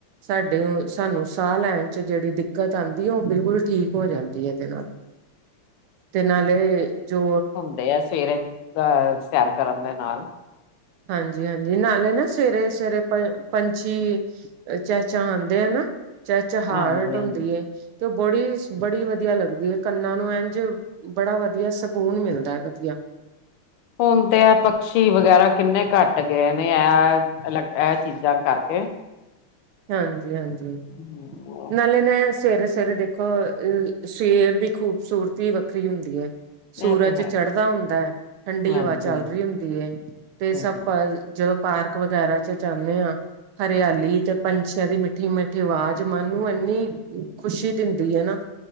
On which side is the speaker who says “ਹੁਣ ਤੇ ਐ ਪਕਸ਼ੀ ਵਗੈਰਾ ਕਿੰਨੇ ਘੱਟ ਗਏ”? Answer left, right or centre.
Left